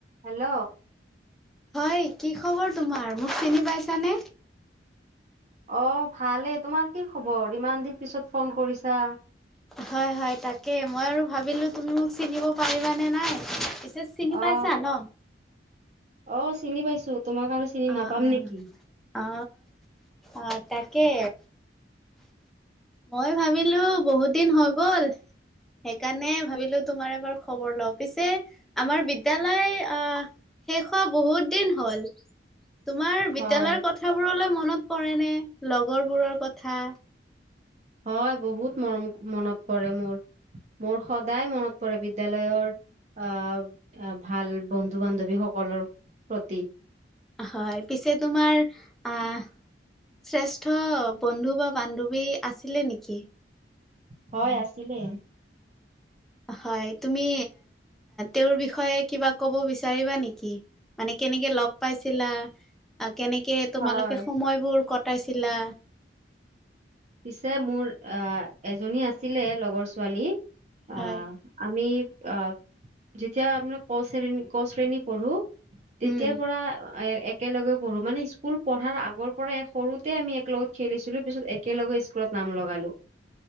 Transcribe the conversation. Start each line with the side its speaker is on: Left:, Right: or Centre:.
Right: হেল্ল'!
Centre: হয় কি খবৰ তোমাৰ মোক চিনি পাইছানে
Right: অ ভালেই তোমাৰ কি খবৰ ইমান দিন পিছত ফোন কৰিছা
Centre: হয় হয় তাকে মই আৰু ভাবিলো তুমি মোক চিনিব পাৰিবানে নাই পিছে চিনি পাইছা
Right: অ
Centre: ন?
Right: আহ চিনি পাইছো তোমাক আৰু চিনি
Centre: অ'
Right: নাপাম
Centre: অ'
Right: নেকি
Centre: অ অ তাকে মই ভাবিলো বহুত দিন হৈ গ'ল সেইকাৰণে ভাবিলো তোমাৰ এবাৰ খবৰ লওঁ পিছে আমাৰ বিদ্যালয় আহ শেষৰ হোৱা বহুত দিন হ'ল। তোমাৰ বিদ্যায়লয়ৰ
Right: হয়
Centre: কথাবোৰলৈ মনত পৰে নে, লগৰবোৰৰ কথা।
Right: হয়, বহুত মৰম মনত পৰে মোৰ। মোৰ সদায় মনত পৰে বিদ্যালয়ৰ- আহ ভাল বন্ধু বান্ধৱীসকলৰ প্ৰতি-
Centre: হয়, পিছে তোমাৰ আ- শ্ৰেষ্ঠ বন্ধু বা বান্ধৱী আছিলে নেকি?
Right: হয় আছিলে।
Centre: হয়, তুমি তেওঁৰ বিষয়ে কিবা কব বিচাৰিবা নেকি? মানে কেনেকৈ লগ পাইছিলা, কেনেকৈ তোমালোকে
Right: হয়
Centre: সময়বোৰ কটাইছিলা?
Right: পিছে মোৰ আ এজনী আছিলে লগৰ ছোৱালী।
Centre: হয়।
Right: আহ আমি অঁ যেতিয়া আপোনাৰ ক শ্ৰেণী, ক শ্ৰেণী পঢ়োঁ- তেতিয়াৰ
Centre: উম।
Right: পৰা এ এক - একেলগে পঢ়োঁ মানে স্কুল পঢ়াৰ আগৰ পৰাই সৰুতে আমি একেলগত খেলিছিলোঁ পিছত একে- একেলগে স্কুলত নাম লগালো।